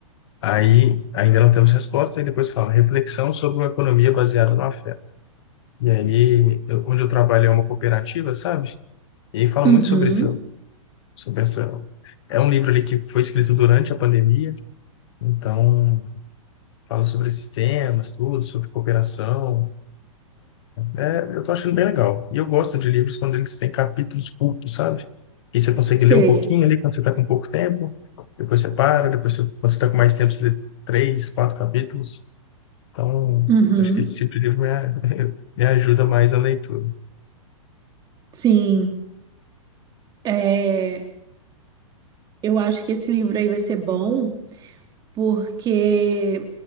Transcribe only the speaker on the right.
uhum,
sei.
Uhum,
sim. É, Eu acho que esse livro aí vai ser bom, porque